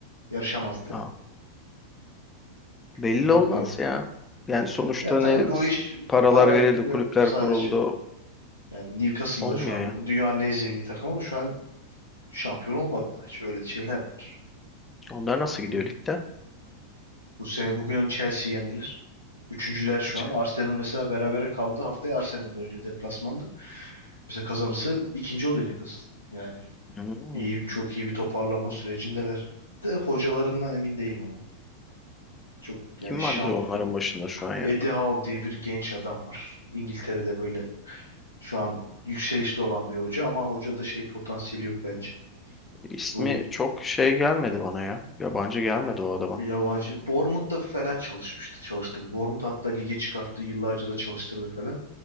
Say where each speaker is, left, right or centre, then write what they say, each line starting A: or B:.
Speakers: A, on the left; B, on the left.
A: Yarışamazdı
B: Ha.
A: yani.
B: Belli
A: Çünkü
B: olmaz
A: ya.
B: ya. Yani sonuçta
A: Ya tabii
B: ne
A: bu iş
B: paralar
A: parayı
B: verildi,
A: bu
B: kulüpler
A: bu sadece
B: kuruldu.
A: yani Newcastle'da
B: Olmuyor
A: şu an
B: ya.
A: dünyanın en zengin takımı ama şu an şampiyon olmadı daha hiç. Öyle şeyler var.
B: Onlar nasıl gidiyor
A: Hı.
B: ligde?
A: Bu sene bugün Chelsea yendiler. Üçüncüler
B: Kaç?
A: şu an. Arsenal mesela berabere kaldı. Haftaya Arsenal'la oynuyor deplasmanda. Mesela kazanırsa ikinci oluyor Newcastle. Yani
B: Hmm.
A: iyi, çok iyi bir toparlanma sürecindeler. De hocalarından emin değilim ama. Çok
B: Kim
A: yani şamp
B: vardı onların başında şu an ya?
A: Eddie Howe diye bir genç adam var. İngiltere'de böyle şu an yükselişte olan bir hoca ama hocada şey potansiyeli yok bence.
B: İsmi
A: Bu
B: çok şey gelmedi bana ya. Yabancı gelmedi o adamın.
A: bir yabancı. Bournemouth'ta falan çalışmıştı, çalıştırdı. Bournemouth hatta lige çıkarttı, yıllarca da çalıştırdı falan.